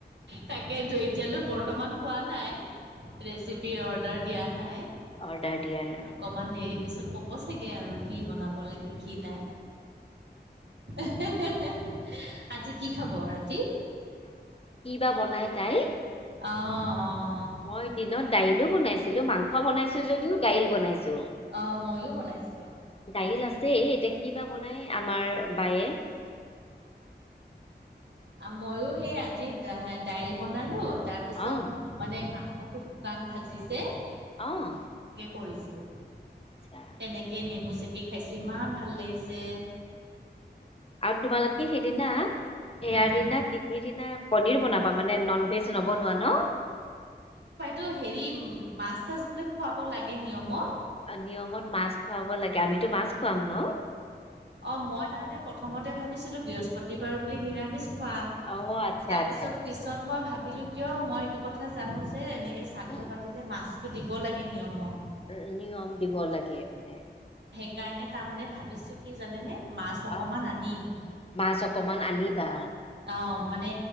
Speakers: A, on the right; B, on the left.
A: তাকে তু। এতিয়ালৈ বৰ্তমান কোৱা নাই ৰেচিপি অৰ্ডাৰ দিয়া নাই।
B: অডাৰ দিয়া নাই।
A: অকণমান দেৰি পিছত ক'ব চাগে আৰু কি বনাব লাগে কি নাই, এ হে হে হে হে। আজি কি খাব ৰাতি।
B: দুটা বনাই খায়,
A: অঁ অঁ
B: মই দিনত দাইলও বনাইছিলো মাং- ক বনাইছোঁ যদিও দাইল বনাইছোঁ।
A: অ' মইয়ো বনাইছোঁ।
B: দাইল আছে, এতিয়া কিবা বনাই আমাৰ বায়ে।
A: অ' মইয়ো সেই আজি দাই দাইল বনালোঁ। তাৰপিছত
B: অ
A: মানে মাংসটো শুকান ভাজি যে-
B: অ'
A: কৰিছোঁ,
B: আচ্ছা
A: এনেকৈ নেমু চেপি - কি খাইছে ইমান ভাল লাগিছে।
B: আৰু তোমালোকে সেইদিনা- সেয়া
A: উম,
B: দিনা তিথিৰ দিনা পনিৰ বনাবা মানে নন ভেজ নবনোৱা ন।
A: তো হেৰি মাছ- তাছ বোলে খুৱাব লাগে নিয়মত।
B: নিয়মত মাছ খুৱাব লাগে, আমিটো মাছ খুৱাম ন।
A: অ মই তাৰমানে প্ৰথমতে ভাবিছিলোঁ বৃহস্পতিবাৰ বুলি নিৰামিষ- খাম,
B: অ আচ্ছা
A: তাৰপিছত
B: আচ্ছা আচ্ছা
A: পিছত মই ভাবিলোঁ কিয় মই সেইটো কথা জানো যে, এনে- শ্ৰাদ্ধ
B: উম
A: পাতিলে মাছটো দিব লাগে নিয়মত।
B: উম উম নিয়ম দিব লাগে মানে।
A: কাৰণে তাৰমানে ভাবিছোঁ কি জানে নে? মাছ অকণমান
B: অ
A: আনিম
B: মাছ অকমান আনিবা
A: অ। মানে